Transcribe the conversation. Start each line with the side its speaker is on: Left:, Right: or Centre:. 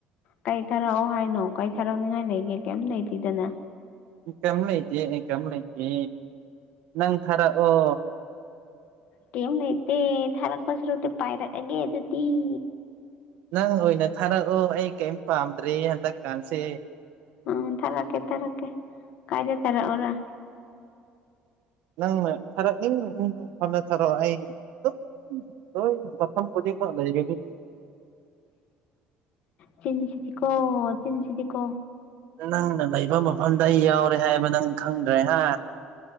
Left: ꯀꯩ ꯊꯥꯔꯛꯑꯣ ꯍꯥꯏꯅꯣ ꯀꯩ ꯊꯥꯔꯛꯅꯤꯉꯥꯏ ꯂꯩꯒꯦ ꯀꯩꯝ ꯂꯩꯇꯦꯗꯅ
Right: ꯏꯪꯀꯝ ꯂꯩꯇꯦ ꯏꯪꯀꯝ ꯂꯩꯇꯦ ꯅꯪ ꯊꯥꯔꯛꯑꯣ
Left: ꯀꯦꯝ ꯅꯇꯦ ꯊꯔꯒ ꯄꯥꯁꯔ ꯄꯥꯏꯔꯒꯒꯦ ꯑꯗꯨꯗꯤꯤ
Right: ꯅꯪ ꯑꯣꯏꯅ ꯊꯥꯔꯛꯑꯣ ꯑꯩ ꯀꯔꯤꯝ ꯄꯥꯝꯗ꯭ꯔꯔꯤ ꯍꯟꯗꯛꯀꯥꯟꯁꯦ
Left: ꯑ ꯇꯔꯀꯦ ꯇꯔꯀꯦ ꯀꯥꯏꯖꯦ ꯇꯔ ꯑꯣꯔ
Right: ꯅꯪ ꯊꯔ ꯎ ꯐꯝꯅꯊꯔꯣ ꯑꯩ ꯑꯗꯨꯝ ꯂꯣꯏ ꯃꯐꯝ ꯈꯨꯗꯤꯡꯃꯛ ꯂꯩꯒꯅꯤꯅꯤ
Left: ꯆꯤꯟꯁꯤꯤꯗꯤ ꯀꯣ ꯆꯁꯤꯤꯗꯤ ꯀꯣ
Right: ꯅꯪꯅ ꯂꯩꯕ ꯃꯐꯝꯗ ꯑꯩ ꯌꯥꯎꯔꯦ ꯍꯥꯏꯕ ꯅꯪ ꯈꯪꯗ꯭ꯔꯦ ꯍꯥ